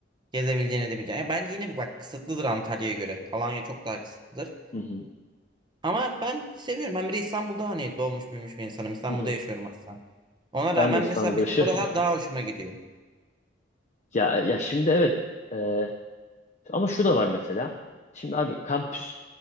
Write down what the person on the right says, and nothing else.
Gezebileceğin, edebileceğin. Ya bence yine bak kısıtlıdır Antalya'ya göre. Alanya çok daha kısıtlıdır.
Ama ben seviyorum. Ben bir de İstanbul'da hani doğmuş büyümüş bir insanım. İstanbul'da
yaşıyorum aslında. Ona rağmen
mesela benim
buralar
daha hoşuma gidiyor.